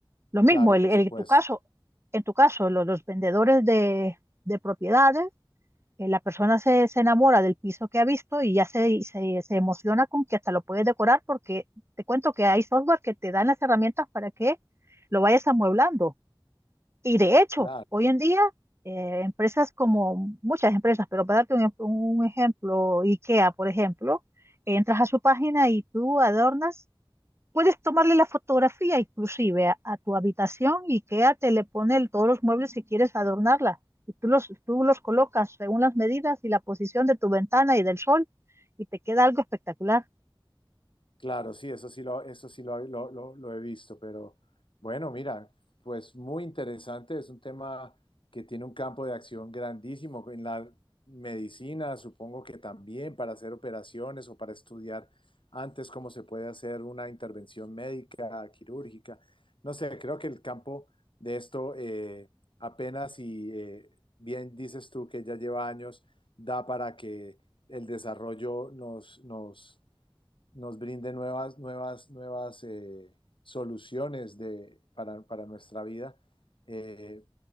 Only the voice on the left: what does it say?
Claro,
por
supuesto.
claro.
Claro, sí, eso sí lo, eso sí lo, lo- lo- lo he visto, pero bueno, mira, pues muy interesante, es un tema que tiene un campo de acción grandísimo en la medicina, supongo que también para hacer operaciones o para estudiar antes cómo se puede hacer una intervención médica, quirúrgica, no sé, creo que el campo de esto eh, apenas y eh, bien dices tú que ya lleva años, da para que el desarrollo nos, nos nos brinde nuevas, nuevas, nuevas eh, soluciones de, para, para nuestra vida. Eh,